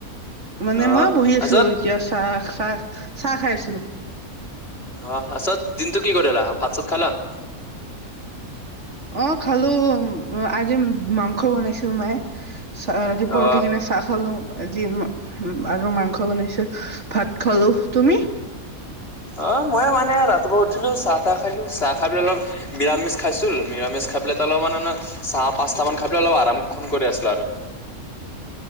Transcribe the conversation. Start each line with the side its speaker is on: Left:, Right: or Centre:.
Right: মানে
Left: আহ
Right: মই বহি আছোঁ
Left: আছত
Right: এতিয়া চাহ চাহ চাহ খাই আছিলো।
Left: অ পাচত দিনটো কি কৰিলা, ভাত-চাত খালা?
Right: অ, খালোঁ আজি মাংস বনাইছিল মায়ে। চাহ ৰাতিপুৱা
Left: অ
Right: উঠিকিনে চাহ খালোঁ। আজি উম আৰু মাংস বনাইছিল ভাত খালোঁ, তুমি?
Left: অ ময়ে মানে ৰাতিপুৱা উঠিলো চাহ-টাহ খালোঁ, চাহ খাই পেলাই অলপ নিৰামিষ খাইছুল নিৰামিষ খাই পেলাই তালে মানে না চাহ পাঁচটা মান খাই পেলালোঁ আৰামখন কৰি আছিলো আৰু